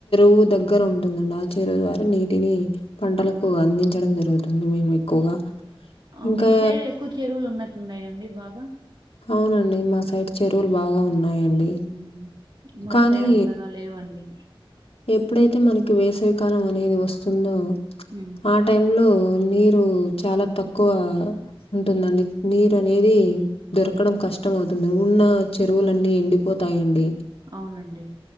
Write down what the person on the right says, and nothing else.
అ
మీ సైడే ఎక్కువ చెరువులు ఉన్నట్లున్నాయండి బాగా
హ్మ్. మా
సైడ్ అంతగా లేవండి
హ్మ్.
హ్మ్.
అవునండి